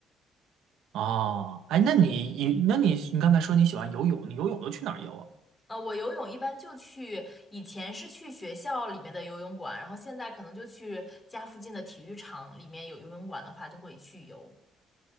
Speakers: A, on the right; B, on the left.
A: 哦，哎，那你你那你你刚才说你喜欢游泳，你游泳都去哪儿游啊？
B: 呃，我游泳一般就去，以前是去学校里面的游泳馆，然后现在可能就去家附近的体育场里面有游泳馆的话，就会去游。